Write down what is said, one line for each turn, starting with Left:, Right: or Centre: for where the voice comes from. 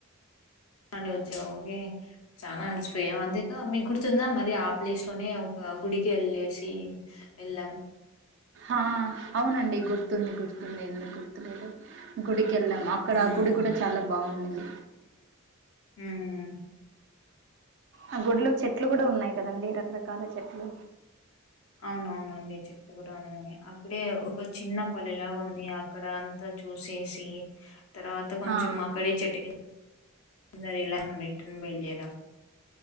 Left: <unintelligible> చాలా అలసిిపోయాం అంతేక మీ గుర్తుందా మరి ఆ ప్లేస్ లోనే ఒక గుడి సీన్ వెళ్ళాం
Right: ఆ అవునండి గుర్తుంది గుర్తుంది ఎందుకు గుర్తులేదు గుడి కెళ్ళాం అక్కడ
Left: ఉమ్
Right: ఆ గుడి కూడా చాలా బాగున్నింది
Left: ఉమ్,
Right: ఆ గుడిలో చెట్లు కూడ ఉన్నాయి కదండి రకరకాల చెట్లు
Left: అవునవునండి చెట్లు కూడా ఉన్నాయి అక్కడే ఒక చిన్న పల్లెలాగ ఉంది అక్కడ అంత చూసేసి తర్వాత కొంచెం
Right: ఆ
Left: అక్కడే చెట్టు కిం <unintelligible> ఇలా రిటర్న్ బయలుదేరాము